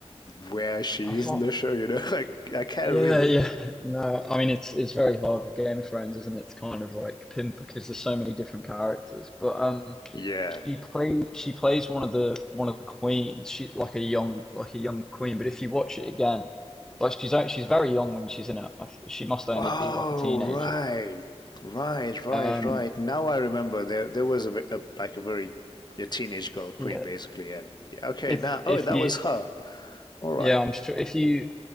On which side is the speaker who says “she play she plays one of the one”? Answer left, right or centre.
Centre